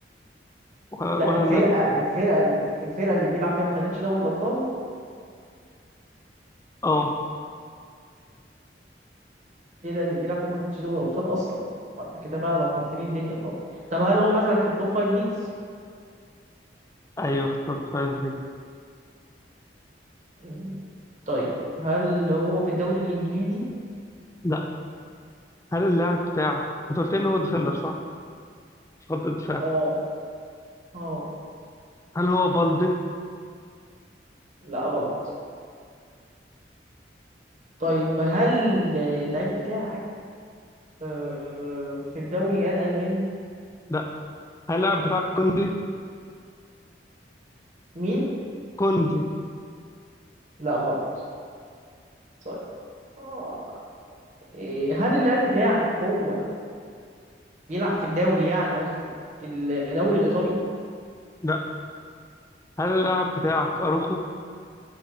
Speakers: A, on the left (about 15°); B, on the right (about 40°).
A: ولا
B: لا
A: ولا
B: الفرقه
A: انا
B: الفرقه اللي الفرقه اللي بيلعب فيها ما خدتش دوري الابطال
A: اه
B: الفرقه اللي بيلعب فيها ما خدتش دوري الابطال اصلا ما انت كده بقى لخبطت لي الدنيا خالص طب هل هو مثلا في التوب فايف ليجز
A: ايوه في توب فايف
B: مم. طيب هل هو في الدوري الانجليزي
A: لا هل اللاعب بتاعك انت قلت ان هو ديفندر صح؟ خط الدفاع
B: اه اه
A: هل هو بالدي؟
B: لا غلط طيب هل اللعيب بتاعك آه، في الدوري الالماني
A: لا هل اللاعب بتاعك كوندي؟
B: مين
A: كوندي
B: لا غلط طيب اه إيه، هل اللعيب بتاعك هو بيلعب في الدوري يعني قصدي الدوري الايطالي
A: لا هل اللاعب بتاعك اروخو؟